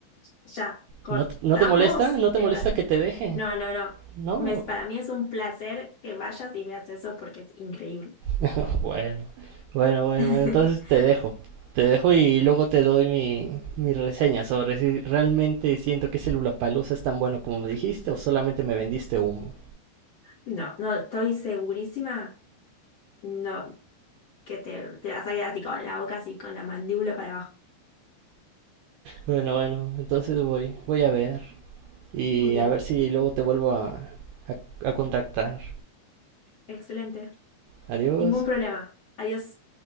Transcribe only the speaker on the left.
Ya, cortamos
y
te
vas a...
No, no, no.
Me es- para mí es un placer que vayas y veas eso porque es increíble.
<laughs>
No, no, estoy segurísima, no, que te, te vas a quedar así con la boca, así con la mandíbula para abajo.
Muy bien,
excelente.
Ningún problema. Adiós.